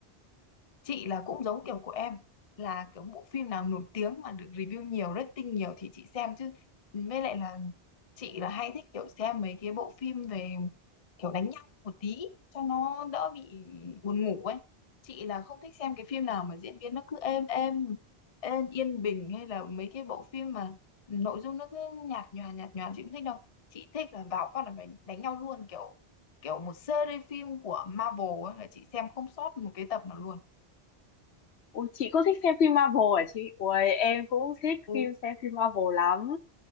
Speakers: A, on the left; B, on the left.
A: chị là cũng giống kiểu của em là kiểu bộ phim nào nổi tiếng mà được review nhiều rating nhiều thì chị xem chứ với lại là chị là hay thích kiểu xem mấy cái bộ phim về kiểu đánh nhau một tí cho nó đỡ bị buồn ngủ ấy chị là không thích xem cái phim nào mà diễn biến nó cứ êm êm êm yên bình hay là mấy cái bộ phim mà nội dung nó cứ nhạt nhòa nhạt nhòa chị không thích đâu chị thích là vào phát là phải đánh nhau luôn kiểu kiểu một series phim của Marvel ấy, là chị xem không sót một cái tập nào luôn
B: Ôi, chị cũng thích xem phim Marvel hả chị Ôi, em cũng thích
A: ừ
B: phim xem phim Marvel lắm